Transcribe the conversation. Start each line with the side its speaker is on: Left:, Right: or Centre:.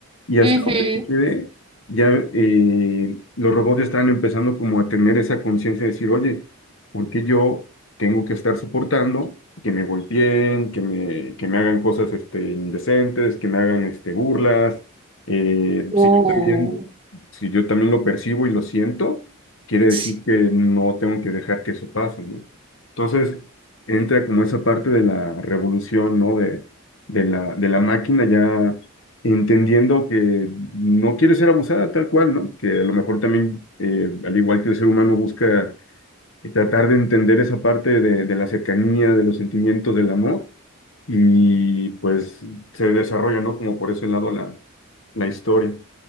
Left: y hasta
Right: Ujú.
Left: donde se quede, ya eh, los robots ya están empezando como a tener esa conciencia de decir, oye, ¿por qué yo tengo que estar soportando que me golpeen, que me, que me hagan cosas este, indecentes, que me hagan este, burlas? Eh,
Right: Oh,
Left: si yo también, si yo también lo percibo y lo siento quiere decir
Right: sí,
Left: que no tengo que dejar que eso pase, ¿no? Entonces, entra como esa parte de la revolución, ¿no? De, de la, de la máquina ya entendiendo que no quiere ser abusada tal cual, ¿no? Que a lo mejor también, eh, al igual que el ser humano, busca eh, tratar de entender esa parte de, de la cercanía, de los sentimientos, del amor, y pues se desarrolla, ¿no? Como por ese lado la, la historia.